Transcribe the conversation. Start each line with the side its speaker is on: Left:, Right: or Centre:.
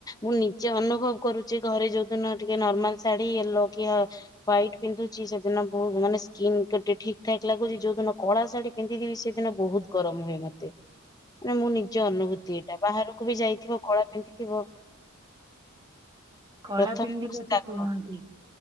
Left: ମୁଁ ନିଜେ ଅନୁଭବ କରୁଛି ଘରେ ଯୋଉଦିନ ଟିକେ ନର୍ମାଲ ଶାଢୀ ୟେଲୋ କି ହ ହ୍ୱାଇଟ୍ ପିନ୍ଧୁଛି ସେଦିନ ବହୁତ ମାନେ ସ୍କିନ୍ ଠିକ ଠାକ ଲାଗୁଛି ଯୋଉ ଦିନ କଳା ଶାଢୀ ପିନ୍ଧିଥିବି ସେଦିନ ବହୁତ ଗରମ ହୁଏ ମତେ ମାନେ ମୁଁ ନି ଜ ଅନୁଭୂତି ଏଟା ବାହାରକୁ ବି ଯାଇଥିବ କଳା ପିନ୍ଧିଥିବ
Right: କଳା
Left: ପ୍ରଥମ
Right: ପିନ୍ଧିଲେ
Left: ପୃଷ୍ଠା
Right: ତ କୁହନ୍ତି
Left: କହ।